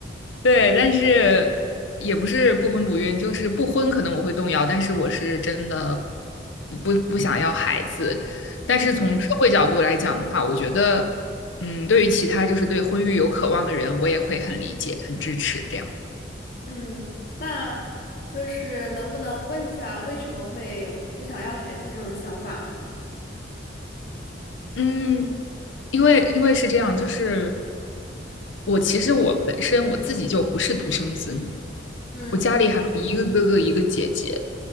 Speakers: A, on the left; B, on the left.
A: 对，但是也不是不婚不孕，就是不婚可能我会动摇，但是我是真的不不不想要孩子。
B: 嗯
A: 但是从社会角度来讲的话，我觉得，嗯，对于其他就是对婚育有渴望的人，我也会很理解、很支持这样。
B: 嗯，那就是能不能问一下，为什么会有不想要孩子这种想法呢？
A: 嗯，因为因为是这样，就是我其实我本身我自己就不是独生子女，
B: 嗯
A: 我家里还有一个哥哥一个姐姐，